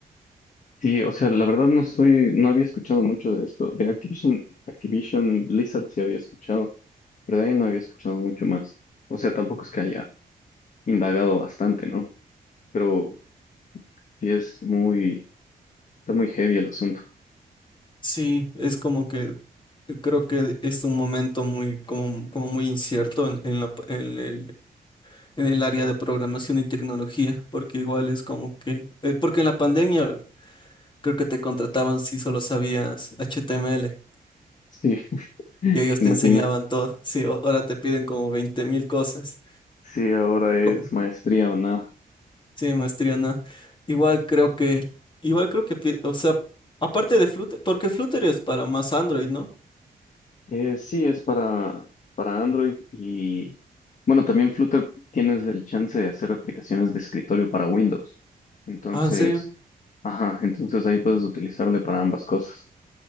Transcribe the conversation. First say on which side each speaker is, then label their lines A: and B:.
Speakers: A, on the left; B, on the left.
A: Sí, o sea, la verdad no soy, no había escuchado mucho de esto. De Activision, Activision Blizzard sí había escuchado, pero de ahí no había escuchado mucho más. O sea, tampoco es que haya indagado bastante, ¿no? Pero sí es muy Está muy heavy el asunto.
B: Sí, es como que creo que es un momento muy, como, como muy incierto en, en la pa- en el, en el área de programación y tecnología, porque igual es como que, eh, porque en la pandemia Creo que te contrataban si solo sabías HTML
A: Sí, <laughs>
B: y ellos
A: Imagínate
B: te enseñaban todo. Sí, o- ahora te piden como 20 mil cosas.
A: Sí, ahora es
B: Co-
A: maestría o nada.
B: Sí, maestría, no. Igual creo que, igual creo que, pi- o sea, aparte de Flutter, porque Flutter es para más Android, ¿no?
A: Eh, sí, es para, para Android y bueno, también Flutter tienes el chance de hacer aplicaciones de escritorio para Windows. Entonces,
B: Ah, ¿en serio?
A: ajá, entonces ahí puedes utilizarle para ambas cosas.